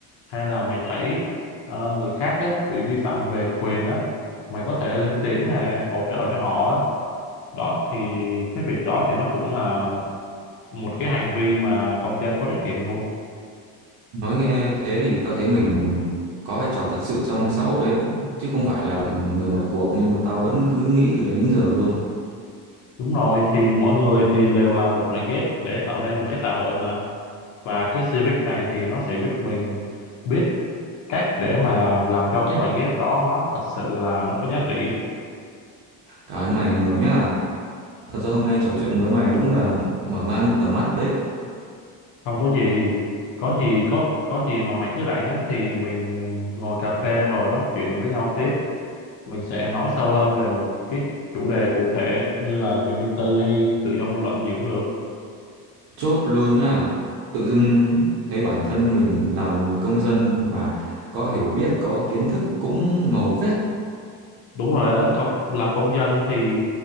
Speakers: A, on the left (about 85°); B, on the right (about 80°).
A: hay là mày thấy ờ, người khác á, bị vi phạm về quyền á, mày có thể lên tiếng nè, hỗ trợ cho họ á. Đó thì cái việc đó thì nó cũng là một cái hành vi mà công dân có trách nhiệm luôn.
B: Nói nghe thế thì tao thấy mình có vai trò thật sự trong xã hội ấy, chứ không phải là người ngoài cuộc nhưng mà tao vẫn cứ nghĩ từ đấy đến giờ luôn.
A: Đúng rồi, thì mỗi người thì đều là một mảnh ghép để tạo nên một cái xã hội mà. Và cái civic này thì nó sẽ giúp mình biết cách để mà làm cho cái mảnh ghép đó nó thật sự là nó có giá trị á.
B: Cảm ơn mày nhiều nhá. Thật ra hôm nay trò chuyện với mày đúng là mở mang được tầm mắt đấy.
A: không có gì có gì có có gì mà mày cứ rảnh á thì mình ngồi cà phê rồi nói chuyện với nhau tiếp mình sẽ nói sâu hơn về một cái chủ đề cụ thể như là quyền riêng tư hay tự do ngôn luận gì cũng được
B: Chốt luôn nhá. Tự dưng thấy bản thân mình là một người công dân mà có hiểu biết, có kiến thức cũng ngầu phết.
A: đúng rồi á không làm công dân thì